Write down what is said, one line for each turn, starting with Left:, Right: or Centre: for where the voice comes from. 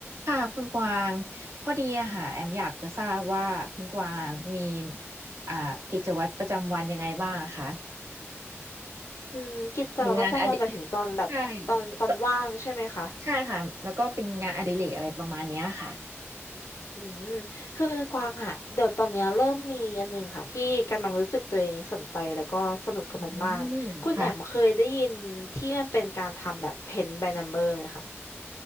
Right: ค่ะคุณกวางพอดีอะค่ะแอมอยากจะทราบว่าคุณกวางมีอ่ากิจวัตรประจำวันยังไงบ้างอะคะ
Left: อืมกิจวัตรประจำวันหมายถึงตอนแบบตอนตอนว่างใช่ไหมคะ
Right: มีงานอดิใช่ก็ใช่ค่ะแล้วก็เป็นงานอดิเรกอะไรประมาณเนี้ยค่ะ
Left: อืมคือกวางอะเดี๋ยวตอนเนี้ยเริ่มมีอันหนึงค่ะที่กำลังรู้สึกตัวเองสนใจแล้วก็สนุกกับมันมากคุณแอมเคยได้ยินที่มันเป็นการทำแบบ
Right: อืมค่ะ
Left: Paint by Number ไหมคะ